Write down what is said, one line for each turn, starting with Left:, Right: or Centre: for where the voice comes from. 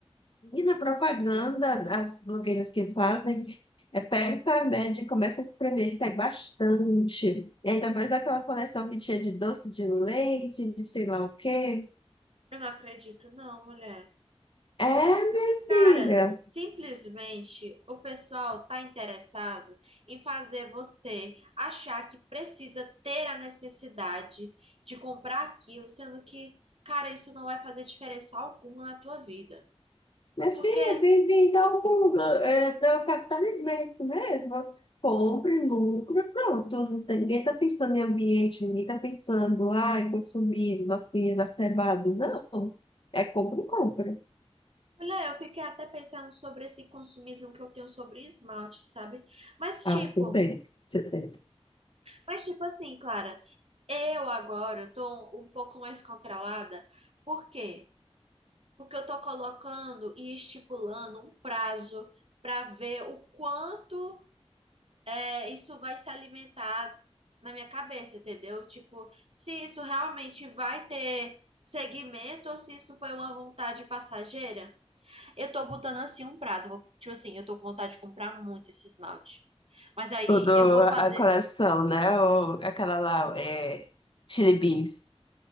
Left: E na propaganda, as blogueiras que fazem, é pega o Carmed e começa a espremer, sai bastante. E ainda mais aquela coleção que tinha de doce de leite, de sei lá o quê.
Right: eu não acredito, não, mulher.
Left: É, minha
Right: Cara,
Left: filha.
Right: simplesmente o pessoal tá interessado em fazer você achar que precisa ter a necessidade de comprar aquilo, sendo que, cara, isso não vai fazer diferença alguma na tua vida.
Left: Minha filha,
Right: Porque,
Left: bem-vinda tal mundo. É, é o capitalismo, é isso mesmo. Compre, lucro, pronto. Não tem- Ninguém está pensando em ambiente, ninguém está pensando, ai, consumismo, assim, exacerbado. Não. É compra e compra.
Right: olha, eu fiquei até pensando sobre esse consumismo que eu tenho sobre esmalte, sabe? Mas
Left: Ah,
Right: tipo,
Left: você tem, você tem.
Right: mas tipo assim, Clara, eu agora tô um pouco mais controlada. Por quê? Porque eu estou colocando e estipulando um prazo para ver o quanto é, isso vai se alimentar na minha cabeça, entendeu? Tipo, se isso realmente vai ter segmento ou se isso foi uma vontade passageira. Eu tô botando assim um prazo. Eu Vou- Tipo assim, eu tô com vontade de comprar muito esse esmalte. Mas aí
Left: O do
Right: eu vou fazer.
Left: a coração, né? Ou aquela lá, é, Chili Beans.